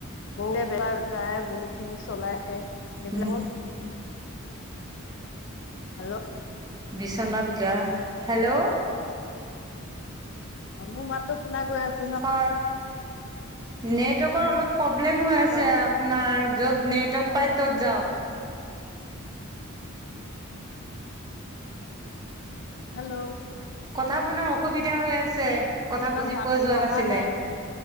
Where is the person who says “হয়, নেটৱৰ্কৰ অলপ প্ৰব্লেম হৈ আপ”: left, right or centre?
Right